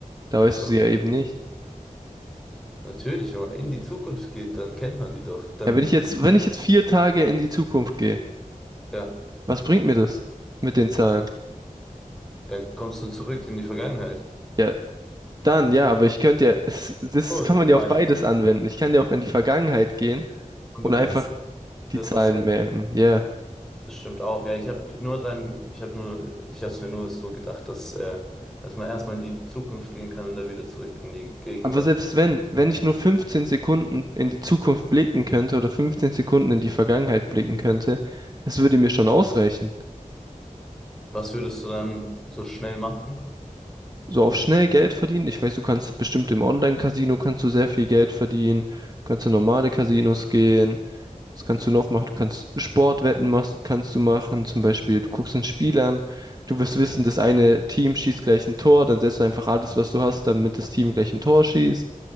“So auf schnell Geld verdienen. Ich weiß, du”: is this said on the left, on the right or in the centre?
Right